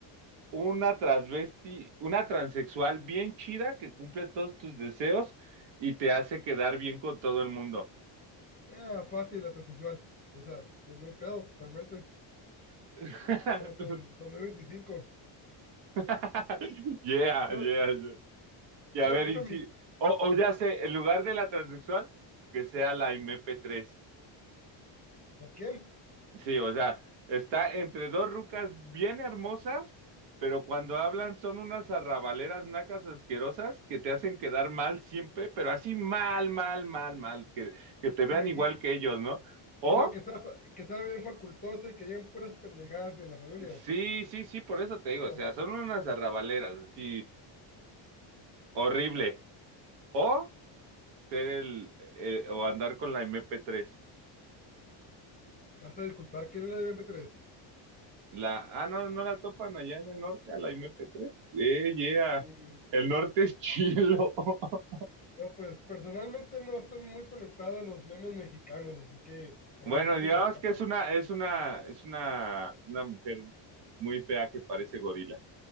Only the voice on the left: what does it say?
ah, fácil, la transexual. O sea, no, no hay pedo, realmente.
Estamos en 2025.
No,
mira,
de hecho,
mi,
¿la quién?
Y, y,
y luego que sea, fa- que sea bien facultosa y que lleguen puras pendejadas en la familia.
No,
me vas a disculpar, ¿quién le debe meter eso?
Mm,
No, pues personalmente no estoy muy conectado a los memes mexicanos, así que ahí
sí se
me escapa.